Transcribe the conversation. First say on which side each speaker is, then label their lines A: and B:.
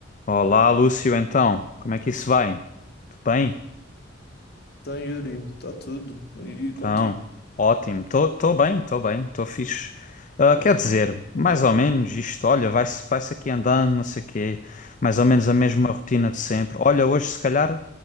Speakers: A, on the left; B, on the left.
A: Olá, Lúcio, então, como é que isso vai? Tudo bem?
B: Então, Yuri, está tudo. E
A: Então,
B: contigo?
A: ótimo. Tô, tô bem, tô bem, tô fixe. Ah,
B: Faz
A: quer
B: bem?
A: dizer, mais
B: Tá bom.
A: ou menos isto, olha, vai-se vai-se aqui andando, não sei o quê, mais ou menos a mesma rotina de sempre. Olha, hoje se calhar,